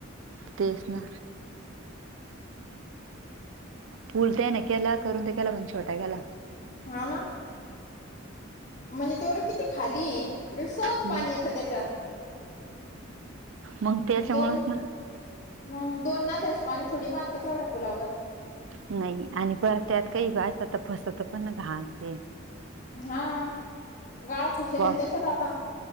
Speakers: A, on the right (about 70°); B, on the left (about 40°).
A: तेच ना पूल त्याने केला करून ते केला पण छोटा केला.
B: हा ना म्हणजे तेवल किती खाली ये. तवाच
A: हम्म
B: पाणी येतं त्याच्यात
A: मग त्याच्यामुळेच
B: अन दोन
A: ना
B: मंग दोन ना <unintelligible> पाणी थोडी मारतात तेवढ्या पुलावर.
A: नाई आणि परत त्यात काही बाय असत फसत पण घालते
B: हा गाळा फशिले
A: वा
B: अन त्याच्यात आता.